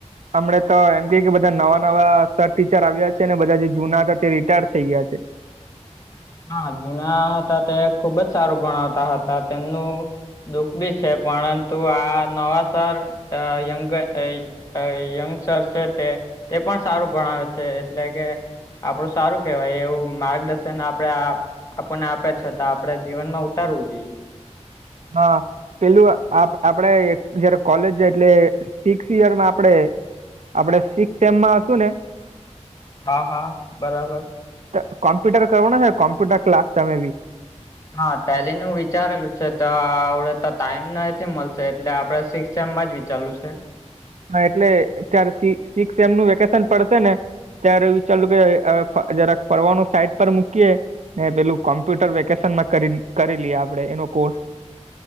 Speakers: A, on the right; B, on the left.
A: હમડે તો એમ ક કે બધા નવા નવા સર ટીચર આવ્યા છે ને બધા જે જૂના હતા તે રિટાયડ થઈ ગયા છે.
B: હા જુના હતા તે ખુબ જ સારું ભણાવતા હતા તેમનું. દુઃખ બી છે પરંતુ આ નવા સર‌ અ યંગ યે. યંગસ્ટર છે તે તે પણ સારું ભણાવે છે એટલે કે. આપડું સારું કેવાય એવું માર્ગદર્શન આપ. આપે આપણને આપે છતાં આપડે જીવનમાં ઉતારવું જોઈએ.
A: હા પેલું આપ આપડે જયારે કોલેજ જાય એટલે. સિક્સ યરમાં આપણેે આપડે સિક્સ સેમ માં હશું ને.
B: હા હા બરાબર.
A: તો કોમ્પ્યુટર કરવુ ને કોમ્પ્યુટર ક્લાસ તમે બી.
B: હા ટેલી નુ વિચારેલું છે તો આવડે તો ટાઈમ નથી મળશે એટલે આપડે શિક્. શેમાં જ વિચારું છે.
A: હા એટલે ત્યારે સિ સિક્સ સેમ નું વેકેશન પડશે ને. ત્યારે વિચારું કે અ જરા ફરવાનું સાઈટ પર મૂકીયે. એ પેલું કોમ્પ્યુટર વેકેશનમાં કરી કરીલી એ આપડે એનો કોર્સ.